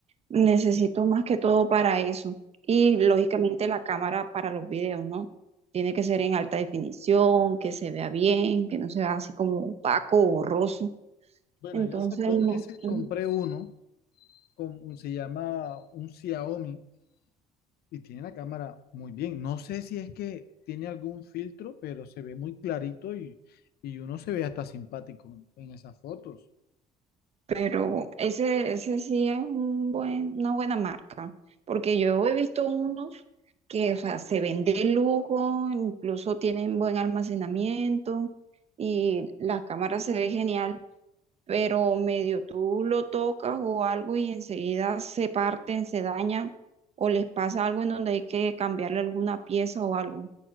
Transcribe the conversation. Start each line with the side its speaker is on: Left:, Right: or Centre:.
Right: necesito más que todo para eso. Y lógicamente la cámara para los videos, ¿no? Tiene que ser en alta definición, que se vea bien, que no se vea así como opaco o borroso.
Left: Bueno,
Right: Entonces,
Left: ya hace dos
Right: no,
Left: meses
Right: no.
Left: compré uno, con, un- se llama un Xiaomi y tiene la cámara muy bien. No sé si es que tiene algún filtro, pero se ve muy clarito y, y uno se ve hasta simpático en esas fotos.
Right: pero ese, ese sí es un buen, una buena marca, porque yo he visto unos que, o sea, se vende de lujo, incluso tienen buen almacenamiento y la cámara se ve genial, pero medio tú lo tocas o algo y enseguida se parten, se dañan o les pasa algo en donde hay que cambiarle alguna pieza o algo.